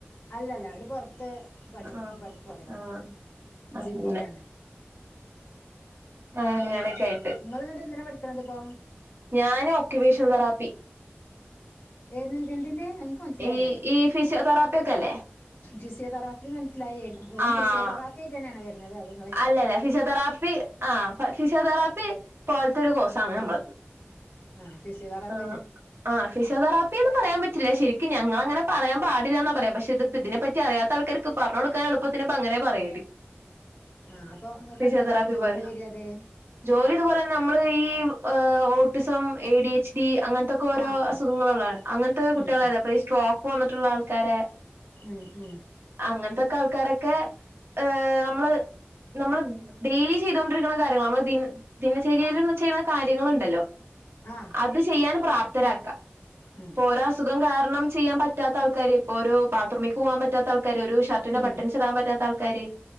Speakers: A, on the left; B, on the right.
A: അല്ലല്ല ഓല് പോറത്ത് പണിട്ക്കും
B: ആഹ്
A: പണിക്കോയതാണ്
B: ആഹ് അങ്ങനെ
A: ജിദ്ദീലാണ്.
B: ആഹ് അങ്ങനേക്കായ്ട്ട്.
A: ങ്ങള്ന്ന്ട്ട് എന്തിനാ പഠിക്കണത്പ്പോ?
B: ഞാന് ഒക്യുപേഷൻതെറാപ്പി.
A: ഏതിൻ എന്തിന്റെ? മൻസിലായിലാ
B: ഈ ഈ ഫിസിയോതെറാപ്പി ഒക്കെ അല്ലേ
A: ഫിസിയതെറാപ്പി മൻസ്സിലായി വെറും
B: ആഹ്
A: ഫിസിയതെറാ പ്പേഇജ്ജ്‌‌ന്നേണോ വര്ണത്? അതോ
B: അല്ലല്ല ഫിസിയോതെറാപ്പി ആ ഫിസിയോതെറാപ്പി പോലത്തെ ഒരു കോഴ്സആണ് നമ്മളത്
A: ആഹ് ഫിസിയോതരാപ്പി
B: ആഹ്
A: തന്നെ
B: ആഹ് ഫിസിയൊതെറാപ്പിന്ന് പറയാൻ പറ്റില്ല ശരിക്കും ഞങ്ങൾങ്ങനെ പറയാൻ പാടില്ലാന്നാ പറയാ പക്ഷെ ഇത് ഇതിനെപ്പറ്റി അറിയാത്ത ആൾക്കർക്ക് പറഞ് കൊട്ക്കാൻ എളുത്തിപ്പ അങ്ങനെ പറയല്
A: ആഹ് അപ്പൊ ങ്ങക്ക്
B: ഫിസിയോതെറാപ്പി
A: എന്താകരം ജോലി
B: പോലെ
A: വര്ത്
B: ജോലി ഇതുപോലെന്നെ നമ്മള് ഈ autism, A D H D അങ്ങൻ ത്തൊക്കെ ഒരോ
A: ആഹ്
B: അസുഖങ്ങള്
A: ആഹ്
B: ള്ളാണ് അങ്ങനത്തെ കുട്ട്യാളാണ്
A: ഉം
B: അപ്പൊ ഈ സ്ട്രോക്ക് വന്നിട്ടുള്ളാൾക്കാരെ
A: ഉം ഉം
B: അങ്ങനത്തോക്കെ ആൾക്കാരൊക്കെ ഹ് നമ്മള് നമ്മൾ ഡെയിലി ചെയ്തൊണ്ടിരിക്കുന്ന കാര്യങ്ങൾ നമ്മൾ ദിന ദിനചര്യൽല് ചെയ്യുന്ന കാര്യങ്ങളുണ്ടല്ലോ
A: ആഹ്
B: അത് ചെയ്യാൻ പ്രാപ്തരാക്കാ
A: ഉം
B: പോരാ അസുഖം കാരണം ചെയ്യാൻ പറ്റാത്ത ആൾക്കാര് ഇപ്പോ ഒരു ബാത്റൂമിൽക്ക്‌ പാകാൻ പറ്റാത്തആൾക്കാര് ഒരു ഷ ർട്ട്
A: ഉം
B: ബട്ടൻസ്ഇടാൻ പറ്റാത്ത ആൾക്കാര്